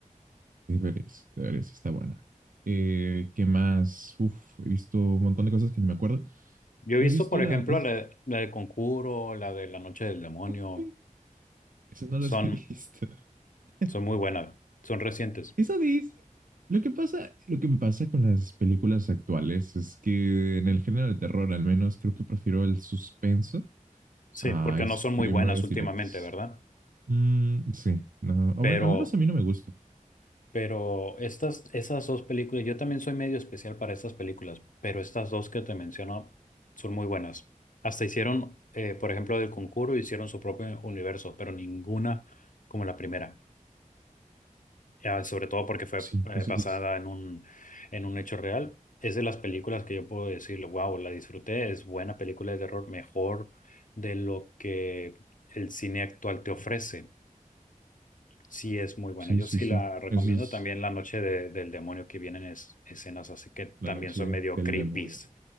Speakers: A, on the right; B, on the left.
A: Deberías, deberías, está buena. Eh, ¿qué más? Uf, he visto un montón de cosas que no me acuerdo.
B: Yo he
A: Me
B: visto,
A: he visto
B: por
A: la...
B: ejemplo,
A: es-
B: la, la de Conjuro, la de La Noche del Demonio.
A: ok, Esas no las
B: Son,
A: he visto. <laughs>
B: son muy buenas. Son recientes.
A: Eso dice. Lo que pasa, lo que me pasa con las películas actuales es que en el género de terror, al menos, creo que prefiero el suspenso
B: Sí,
A: a
B: porque no
A: screamers
B: son muy buenas últimamente,
A: directos.
B: ¿verdad?
A: Mm, sí, no, o
B: Pero
A: bueno, al menos a mí no me gusta.
B: Pero estas, esas dos películas, yo también soy medio especial para estas películas, pero estas dos que te menciono son muy buenas. Hasta hicieron, eh, por ejemplo, del concurso, hicieron su propio universo, pero ninguna como la primera. Ya, sobre todo porque fue
A: Sí,
B: eh,
A: eso
B: basada
A: dice.
B: en un, en un hecho real. Es de las películas que yo puedo decir, wow, la disfruté, es buena película de terror, mejor de lo que el cine actual te ofrece. Sí, es muy buena.
A: Sí,
B: Yo
A: sí,
B: sí
A: sí.
B: la recomiendo.
A: Eso es
B: También La Noche de- del Demonio, que vienen es- escenas así que también
A: la noche
B: son medio
A: del
B: creepies.
A: demonio.